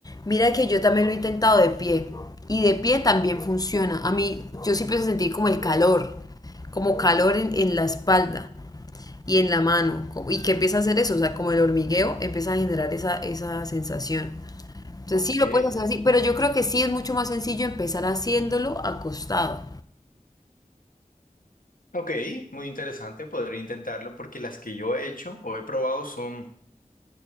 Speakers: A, on the left; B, on the left.
A: Mira que yo también lo he intentado de pie y de pie también funciona. A mí, yo siempre empiezo a sentir como el calor, como calor en, en la espalda y en la mano. co- ¿Y que empieza a hacer eso? O sea, como el hormigueo empieza a generar esa, esa sensación. Entonces
B: Ok.
A: sí lo puedes hacer así, pero yo creo que sí es mucho más sencillo empezar haciéndolo acostado.
B: Ok, muy interesante, podría intentarlo porque las que yo he hecho o he probado son